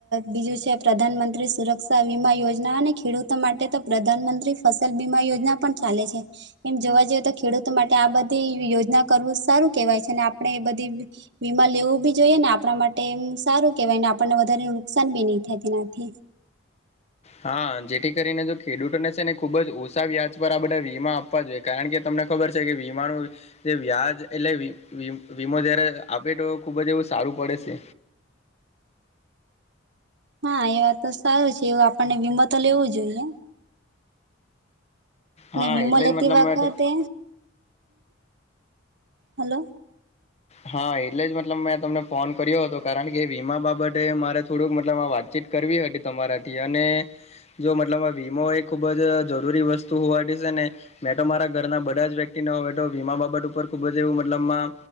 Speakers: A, on the right; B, on the left.
A: બીજું છે પ્રધાનમંત્રી સુરક્ષા વીમા યોજના અને ખેડૂતો માટે તો પ્રધાનમંત્રી ફસલ બીમા યોજના પણ ચાલે છે એમ જોવા જઈએ તો ખેડૂતો માટે આ બધી યોજના કરવું સારું કેહેવાય છે અને આપણે એ બધી વીમા લેવું બી જોઈએ ને આપણા માટે એમ સારું કેવાય ને આપણને વધારે નુકસાન બી નહી થાય તેનાથી
B: હા જેથી કરીને જો ખેડૂતોને છે ને ખુબ જ ઓછા વ્યાજ પર આ બધા વીમા આપવા જોઈએ કારણ કે તમને ખબર છે કે વીમાનું જે વ્યાજ એટલે વીમો જયારે આપે તો ખુબ જ એવું સારું પડે છે
A: હા એ વાત તો સારું છે એવું આપણને વીમો તો લેવું જોઈએ ને
B: હા
A: વિમો
B: એટલે
A: લેતી
B: જ મતલબ
A: વખતે
B: મેં તો
A: હલો
B: હા એટલે જ મતલબ મેં તમને ફોન કર્યો હતો કારણ કે વીમા બાબતે મારે થોડુંક મતલબ આ વાતચીત કરવી હતી તમારાથી અને જો મતલબ વીમો એ ખૂબ જ જરૂરી વસ્તુ હોવાથીશે ને મેં તો મારા ઘરના બધા જ વ્યક્તિને હવે તો વીમા બાબત ઉપર ખુબ જ એવું મતલબમાં